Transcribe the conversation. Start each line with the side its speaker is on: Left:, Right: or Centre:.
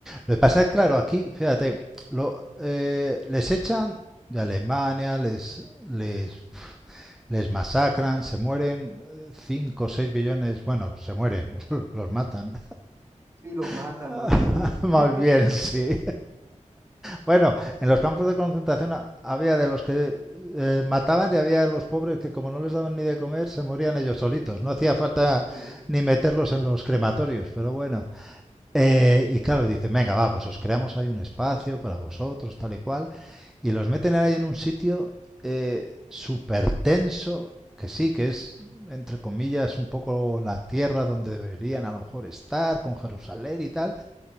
Centre: Lo que pasa es, claro, aquí, fíjate, lo, eh, les echan de Alemania, les, les, pf, les masacran, se mueren eh, 5 o 6 billones, bueno, se mueren, <laughs> los matan.
Right: Sí, los matan
Centre: <laughs>
Right: más bien. <laughs>
Centre: Más bien, sí. Bueno, en los campos de concentración a- había de los que eh, mataban y había de los pobres que como no les daban ni de comer, se morían ellos solitos. No hacía falta
Right: Sí,
Centre: ni meterlos en los crematorios, pero bueno. Eh, y claro, dicen, venga, va, pues os creamos ahí un espacio para vosotros, tal y cual. Y los meten ahí en un sitio eh, súper tenso, que sí, que es, entre comillas, un poco la tierra donde deberían a lo mejor estar, con Jerusalén y tal.